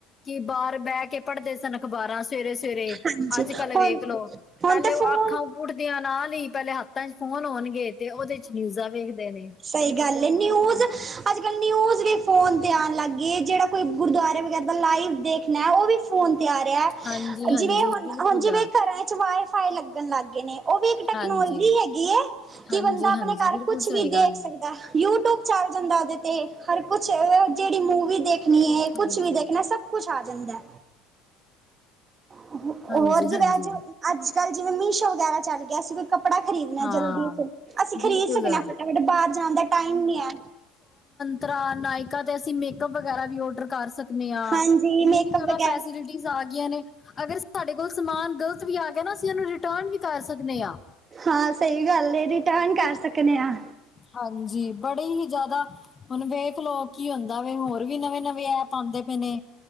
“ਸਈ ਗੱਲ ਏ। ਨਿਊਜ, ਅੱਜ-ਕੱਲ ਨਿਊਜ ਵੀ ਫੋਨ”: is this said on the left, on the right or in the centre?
Right